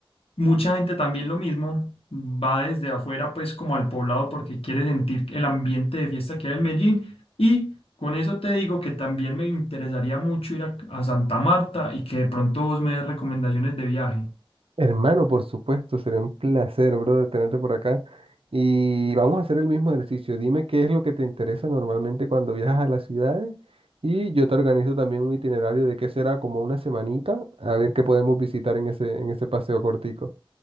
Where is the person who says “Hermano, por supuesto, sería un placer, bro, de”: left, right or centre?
Right